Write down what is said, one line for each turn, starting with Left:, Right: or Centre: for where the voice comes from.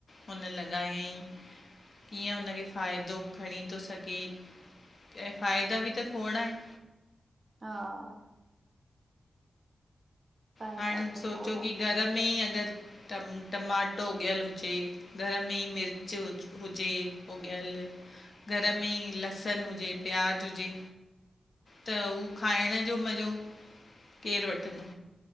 Left: हुन लॻायंई कीअं उनखे फ़ाइदो खणीं तो सघे, ऐं फ़ाइदा बि त खोड़ आहिनि।
Right: हा पटाटा
Left: हाणे
Right: त
Left: सोच्यो
Right: खोड़ा
Left: की
Right: आहिन।
Left: घर में ईं अगरि टम टमाटो उगियल हुजे, घर में ईं मिर्च हु हुजे उगयल। घर में ई लहसनु हुजे, प्याज हुजे त उ खाइण जो मज़ो केरु वठंदो?